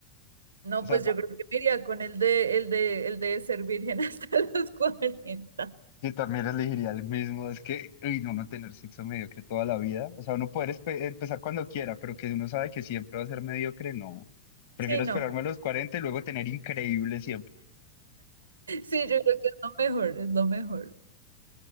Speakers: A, on the right (about 75°); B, on the left (about 50°).
A: No,
B: O sea,
A: pues
B: va-
A: yo creo que me iría con el de, el de, el de ser virgen <laughs> hasta los cuarenta.
B: yo también elegiría el mismo. Es que, uy, no, no tener sexo mediocre toda la vida. O sea, uno poder espe- empezar cuando quiera, pero que uno sabe que siempre va a ser mediocre, no. Prefiero
A: Sí, no.
B: esperarme a los 40 y luego tener increíble siempre.
A: Sí, yo creo que es lo mejor, es lo mejor.